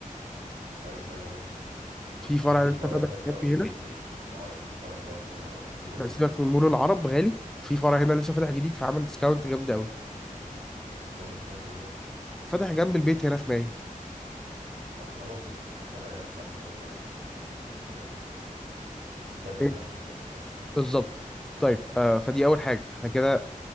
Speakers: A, on the right; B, in the centre.
A: عارف تاي هاوس
B: في
A: في
B: فرع
A: في
B: لسه
A: فرع
B: فاتح
A: حلو
B: جنبي
A: قوي
B: هنا
A: في في مول العرب في فرع حلو قوي في مول العرب تيجي نروحه
B: لا سيبك من مول العرب غالي في فرع هنا لسه فاتح جديد فعمل ديسكاونت جامد قوي
A: فاتح فين بالظبط
B: فاتح جنب البيت هنا في مايو
A: طب خلاص قشطه حتى ما لقيناش عنده نروح لبنت سلمان نروح ل في كذا
B: إيه.
A: حد هناك يعني
B: بالظبط طيب آه فدي اول حاجه احنا كده